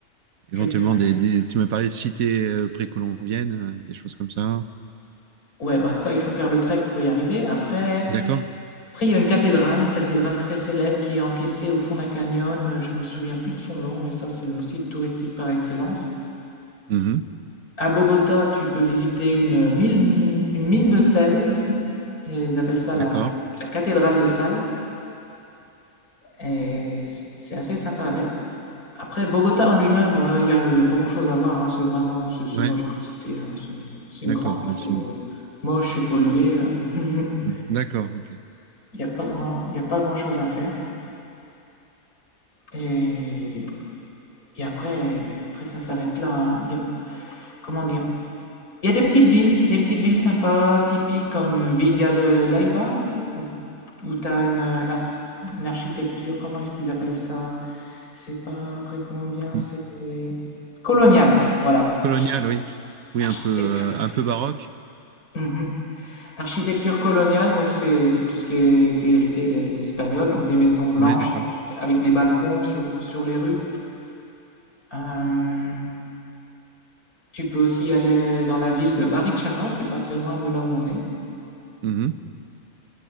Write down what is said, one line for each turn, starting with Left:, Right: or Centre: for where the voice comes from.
Right: Éventuellement,
Left: Culturel.
Right: des, des- tu m'as parlé de cités euh, précolombiennes, euh, des choses comme ça.
Left: Ouais, bah ça, il faut faire le trek pour y arriver. Après,
Right: D'accord?
Left: après, il y a une cathédrale, une cathédrale très célèbre qui est encaissée au fond d'un canyon. Euh, Je me souviens plus de son nom, mais ça, c'est le site touristique par excellence.
Right: Mhm.
Left: À Bogota, tu peux visiter une mine, une mine de sel aussi. Ils appellent ça la,
Right: D'accord.
Left: la cathédrale de sal. Et c'est c'est assez sympa à faire. Après, Bogota en lui-même, bah, il n'y a, il y a pas grand-chose à voir. hein. C'est vraiment, c'est c'est
Right: Ouais,
Left: moche comme cité. hein. C'est c'est
Right: d'accord.
Left: une grande
Right: ouais,
Left: ville
Right: c'est-
Left: euh, moche et polluée. euh. <laughs>
Right: Mm. D'accord, ok.
Left: Il n'y a pas grand, il y a pas grand-chose à faire. Et, et après, après, ça s'arrête là. hein. Il y a, comment dire? Il y a des petites villes, des petites villes sympas, typiques comme Vidia de Laiba où, où tu as une, une ar- une architecture, comment est-ce qu'ils appellent ça? C'est pas précolombien, c'est
Right: Mm.
Left: colonial, voilà.
Right: Colonial,
Left: Archi-
Right: oui. Oui,
Left: Architecture.
Right: un peu, euh, un peu baroque.
Left: Mhm. Architecture coloniale, donc c'est c'est tout ce qui a été hérité des, des Espagnols, donc des maisons blanches
Right: Ouais, d'accord.
Left: avec, avec des balcons sur, sur les rues. Euh, tu peux aussi aller dans la ville de Barichara, qui est pas très loin de là où on est.
Right: Mhm.